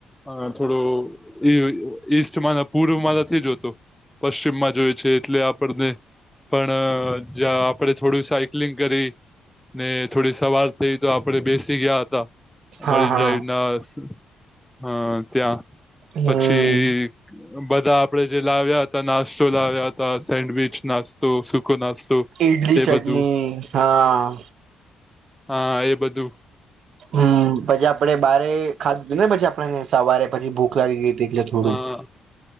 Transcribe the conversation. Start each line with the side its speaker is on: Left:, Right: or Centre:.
Centre: હ થોડું ઈ ઈસ્ટમાં ના પૂર્વમાં નથી જોતો પશ્ચિમમાં જોય છે, એટલે આપણને પણ જા આપણે થોડું સા કિલીગં કરી ને થોડી સવાર થઈ તો આપડે બેસી ગયા હતા
Right: હા
Centre: મરિન
Right: હા
Centre: ડાઈવના અ ત્યાં
Right: હમ
Centre: પછી બધા આપડે જે લાવ્યા હતા નાસ્તો લાવ્યા હતા સેન્ડવીચ નાસ્તો સુકો નાસ્તો
Right: ઇડની
Centre: એ
Right: ચટણી
Centre: બધું
Right: હા
Centre: હા એ બધું
Right: હમ પછી આપડે બારે ખાધું ને પછી આપણે સવારે પછી ભૂ ખલાયગી એટલે થોડું
Centre: હા